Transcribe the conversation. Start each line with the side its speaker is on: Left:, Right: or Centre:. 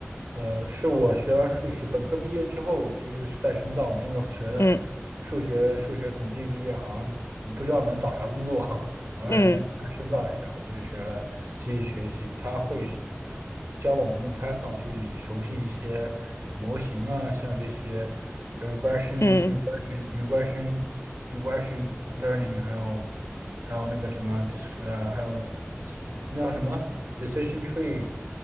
Right: 呃，是我学完数学本科毕业之后，我继续再深造嘛，因为我学的数学数学统计毕业，
Left: 嗯
Right: 好像我不知道能找啥工作。哎，
Left: 嗯
Right: 那就再深造一下吧，就学了机器学习，它会学教我们用 Python 去熟悉一些模型啊，像这些 regression、
Left: 嗯，
Right: regression、regression、regression learning，还有还有那个什么，就是呃，还有那叫什么 decision tree，